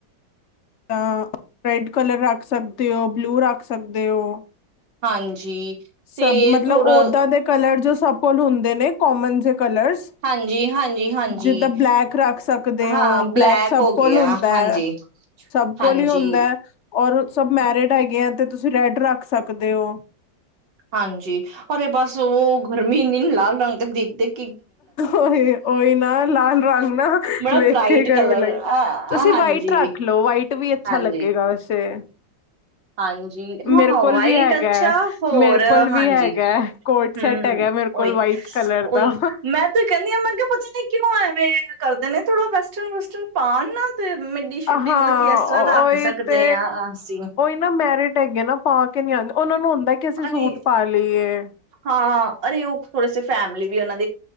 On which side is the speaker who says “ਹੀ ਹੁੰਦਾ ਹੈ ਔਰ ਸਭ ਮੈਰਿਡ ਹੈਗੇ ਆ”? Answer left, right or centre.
Left